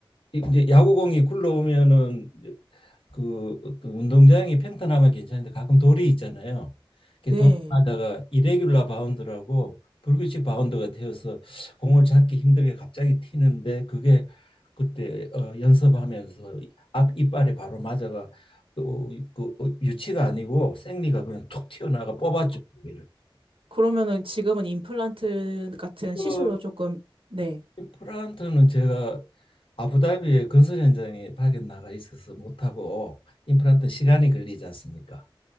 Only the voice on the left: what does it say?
이제 야구공이 굴러오면은 그 어떤 운동장이 평탄하면 괜찮은데 가끔 돌이 있잖아요. 그돌맞아가
이레귤라 바운드라고 불규칙 바운드가 되어서 공을 잡기 힘들게 갑자기 튀는데 그게 그때 어, 연습하면서 앞 이빨에 바로 맞아가 그, 어, 그 어, 유치가 아니고 생리가 그냥 툭 튀어나가 뽑았죠. 그기를.
그
임플란트는 제가 아부다비의 건설 현장에 파견 나가 있어서 못하고 임플란트 시간이 걸리지 않습니까?